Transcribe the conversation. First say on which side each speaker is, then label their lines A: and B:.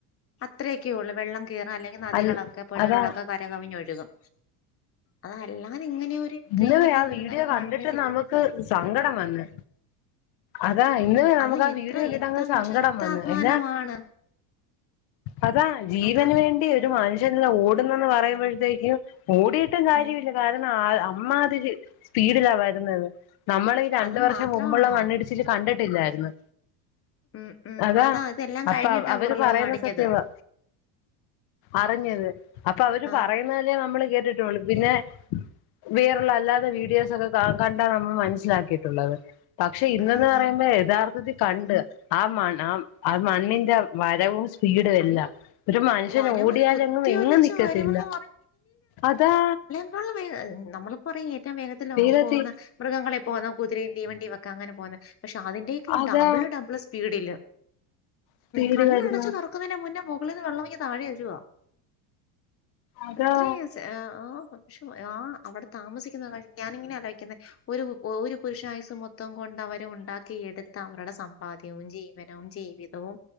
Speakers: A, on the left; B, on the left.
A: അത്രയൊക്കെ ഉള്ളൂ വെള്ളം കേറാല്. നദികളൊക്കെ
B: അൽ
A: പുഴകളൊക്കെ
B: അതാ
A: കര കവിഞ്ഞൊഴുകും അതല്ലാതിങ്ങനെ ഒരു. ഇത്രയും
B: ഇന്ന് വെ
A: വലിയ
B: ആഹ്
A: ദുരന്തം
B: വീഡിയോ
A: അല്ല,
B: കണ്ടിട്ട്
A: മണ്ണിടിച്ചില്
B: നമുക്ക് സങ്കടം വന്ന്. അതാ ഇന്ന്
A: പിന്നെ
B: നമുക്ക്
A: അത്
B: ആഹ്
A: എത്ര
B: വീഡിയോ കണ്ടിട്ട്
A: എത്ര
B: അങ്ങ് സങ്കടം
A: വർഷത്തെ
B: വന്ന്
A: അധ്വാനമാണ്
B: അല്ല. അതാ ജീവന്
A: അതാ
B: വേണ്ടി ഒരു മനുഷ്യ ജനങ്ങളെല്ലാം ഓടുന്ന് യെന്ന് പറയുമ്പോഴത്തേക്കും ഓടിയിട്ടും കാര്യമില്ല
A: ഉം
B: കാരണം ആ അമ്മാതിരി സ്പീഡിലാ വരുന്നത് നമ്മൾ ഈ രണ്ട്
A: അത്
B: വർഷം
A: മാത്രമാണോ
B: മുമ്പുള്ള മണ്ണിടിച്ചില്. ഇച്ചിരി കണ്ടിട്ടില്ലായിരുന്നു.
A: ഉം ഉം
B: അതാ
A: ഇതെല്ലാം
B: അപ്പൊ
A: കഴിഞ്ഞിട്ടാ
B: അവര്
A: പുറലോകം
B: പറയുന്ന
A: അടിഞ്ഞത്
B: സത്യവാ. അറിഞ്ഞത് അപ്പൊ അവര്
A: ആഹ്
B: പറയുന്നല്ലേ നമ്മള് കേട്ടിട്ടള്ളൂ പിന്നെ. വേറുള്ള അല്ലാതെ വീഡിയോസ് ഒക്കെ കണ്ടാ നമ്മൾ മനസ്സിലാക്കിയിട്ടുള്ളത്. പക്ഷെ ഇന്ന്
A: ഉം
B: യെന്ന് പറയുമ്പോ
A: ഉം
B: യഥാർത്ഥ ത്തി കണ്ട് ആഹ് മണ് ആഹ് ആഹ് മണ്ണിന്റെ വരവും. സ്പീഡുയെല്ലാം
A: അയ്യോ
B: ഒരു മനുഷ്യൻ
A: വരവ്
B: ഓടിയാലെങ്ങും
A: കുത്തിയൊലിച്ച്
B: എങ്ങും നിക്കത്തില്ല
A: വരുമെന്ന്
B: അതാ.
A: ആഹ് നമ്മളി പറയ് ഏറ്റവും വേഗത്തില്
B: വേഗത്തി
A: പോകുന്ന. മൃഗങ്ങളെ പോന്നോ കൂതിരയും തീവണ്ടി വെക്ക അങ്ങനെ പോന്നെ. പക്ഷെ അതിന്റെ ഒക്കെ ഈ
B: അതാ
A: ഡബിള് ഡബിള് സ്പീഡില്
B: സ്പീഡ്
A: കണ്ണട
B: വരുന്നു
A: ച്ചു തുറക്കുന്നതിന്റെ മുന്നെ മുകളിൽ നിന്ന് വെള്ളം ഇങ്ങ് താഴെ വരുവാ
B: അതാ
A: അത്രേയ് ആഹ് പക്ഷെ ആഹ് അവിടെ താമസിക്കുന്ന കാര്യം ഞാനിങ്ങനെ ആലോചിയ്ക്കുന്നെ. ഒരു ഒരു പുരുഷായുസ് മൊത്തം കൊണ്ട് അവരെ ഉണ്ടാക്കി എടുത്ത അവരുടെ സമ്പാദ്യവും, ജീവനും ജീവിത വും